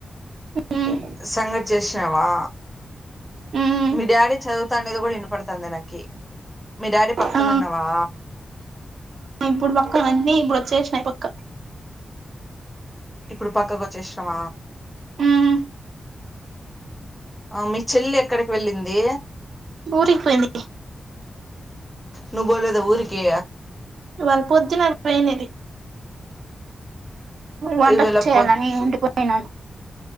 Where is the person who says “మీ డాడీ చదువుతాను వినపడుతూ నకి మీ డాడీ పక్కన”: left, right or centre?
Centre